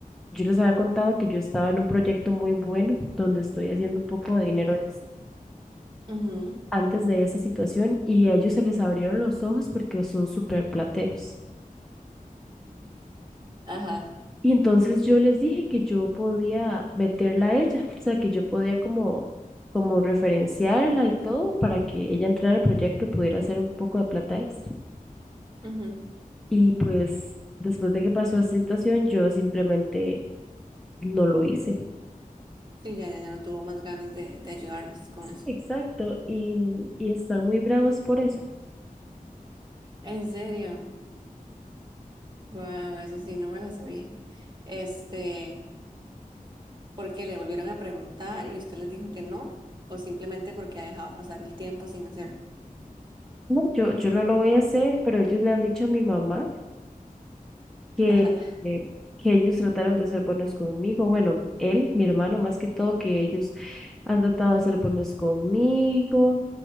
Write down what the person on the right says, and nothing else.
Ujú.
Ajá.
ujú.
Sí, ya, ya, ya no tuvo más ganas de, de ayudarles con
eso.
En serio. Wow, eso sí, no me la sabía. Este. porque le volvieron a preguntar y usted les dijo que no, o simplemente porque ha dejado pasar el tiempo sin hacerlo.
Ajá.